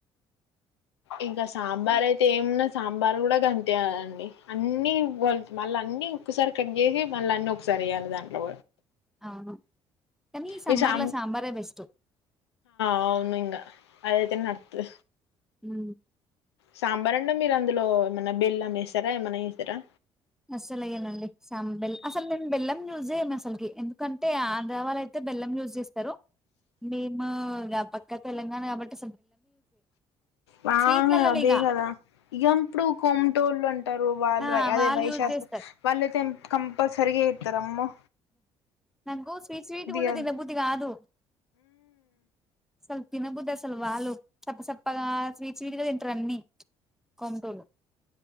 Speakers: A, on the left; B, in the centre.
A: ఇంకా సాంబార్ అయితే ఏం ఉన్నద్ సాంబార్ గుడా గంతే అండి అన్ని వాళ మళ్ళీ అన్ని ఒక్కసారి కట్ జేసి మళ్ళీ అన్ని ఒకసారి వయ్యాలి దాంట్లో
B: అను కానీ ఈ సమ్మర్
A: మీ సాం
B: లో సాంబారే బెస్ట్
A: అవును ఇంగ అదైతే నర్తు
B: ఉ
A: సాంబార్ అంటే మీరు అందులో ఏమన్నా బెల్లం ఏస్తారా ఏమన్నా ఏస్తారా
B: అస్సలు ఏయనండి సాం బెల్ అసలు నేను బెల్లం యూజ చేయము అసలుకి ఎందుకంటే ఆ <unintelligible> త్తే బెల్లం యూజ్ చేస్తారు మేమ పక్క తెలంగాణ కాబట్టి
A: వాంగ
B: స్వీట్‌లల్లనిగ
A: అదే కదా ఇగ ఇప్పుడు కొమటోళ్ళు అంటారు వాళ్ళు
B: ఆ!
A: అదే
B: వాళ్ళు
A: వైశ్యాస్
B: యూజ్ జేస్తారు.
A: వాళ్ళైతే ఏం కంపల్సరిగ ఏత్తరమ్మొ
B: నాకు స్వీట్ స్వీట్ గుంటే
A: కాదు
B: దిన బుద్ధిగాదు అస్సల్ తినబుద్ది అస అసలు వాళ్ళు సప్ప సప్పగా స్వీట్ స్వీట్ గా తింటారు అన్ని కొమటోలు